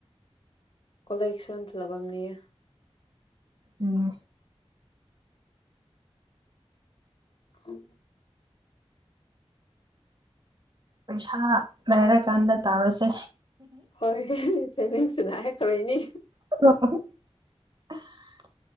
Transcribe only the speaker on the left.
ꯀꯣꯂꯛꯁꯨꯟꯁꯤꯂꯕꯝꯅꯤ <unintelligible>
ꯎ
ꯍꯣꯏ ꯁꯦꯚꯤꯡꯁꯤꯅ ꯍꯥꯏꯈꯔꯣꯏꯅꯤ